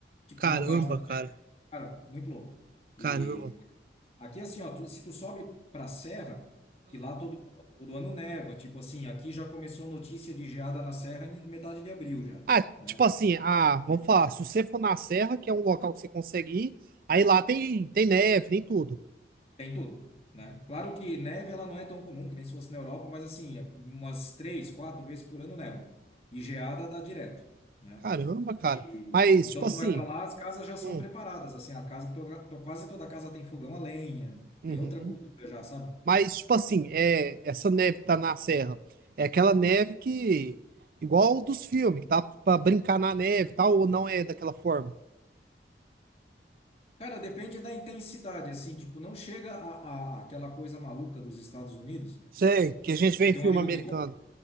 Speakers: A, on the left; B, on the right.
A: Tipo,
B: Caramba,
A: uma parte da.
B: cara.
A: Cara, muito louco. E
B: Caramba.
A: aqui, assim, ó, tu- se tu sobe pra serra, que lá todo, todo ano neva, tipo assim, aqui já começou notícia de geada na serra em metade de abril já,
B: Ah,
A: né?
B: tipo assim, ah, vamos falar, se você for na Serra, que é um local que você consegue ir, aí lá tem, tem neve, tem tudo.
A: Tem tudo, né? Claro que neve ela não é tão comum, que nem se fosse na Europa, mas assim, umas três, quatro vezes por ano neva. E geada dá direto, né?
B: Caramba, cara.
A: E-
B: Mas,
A: então
B: tipo assim,
A: tu vai para lá, as casas já são
B: hum,
A: preparadas, assim, a casa toda, to- quase toda casa tem fogão a lenha,
B: uhum.
A: tem outra cultura já, sabe?
B: Mas, tipo assim, é, essa neve que tá na Serra, é aquela neve que, igual dos filmes, que dá pra brincar na neve e tal, ou não é daquela forma?
A: Cara, depende da intensidade, assim, tipo, não chega a, a- aquela coisa maluca dos Estados Unidos.
B: Sei, que
A: Por
B: a gente
A: exemplo,
B: vê
A: Eu
B: em
A: tenho
B: filme
A: um amigo
B: americano.
A: que co-